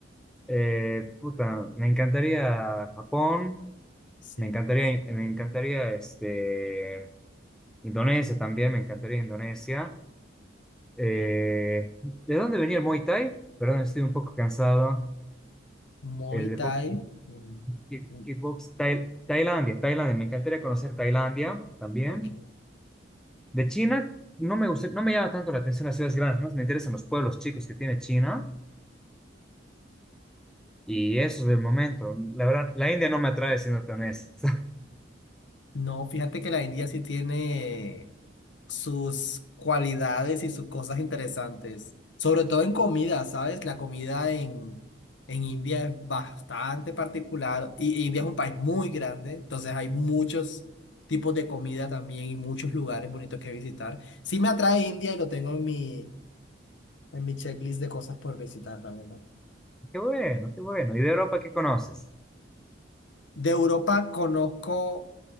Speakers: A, in the centre; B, on the left.
A: Eh, puta, me encantaría Japón.
B: Sí.
A: Me encantaría, me encantaría este, Indonesia también. Me encantaría Indonesia. Eh, ¿de dónde venía el Muay Thai? Perdón, estoy un poco cansado.
B: Muay
A: El deporte
B: Thai. mm,
A: kick-
B: mm,
A: kickbox, Tai- Tailandia, Tailandia, me encantaría conocer Tailandia también.
B: ok.
A: De China, no me gusta, no me llama tanto la atención las ciudades grandes, más me interesan los pueblos chicos que tiene China y eso es del momento. La verdad, la India no me atrae, siendo tan honesto. <laughs>
B: No, fíjate que la India sí tiene sus cualidades y sus cosas interesantes, sobre todo en comida, ¿sabes? La comida en, en India es bastante particular y y India es un país muy grande, entonces hay muchos tipos de comida también y muchos lugares bonitos que visitar. Sí me atrae India y lo tengo en mi, en mi checklist de cosas por visitar, la verdad.
A: Qué bueno, qué bueno. ¿Y de Europa qué conoces?
B: De Europa conozco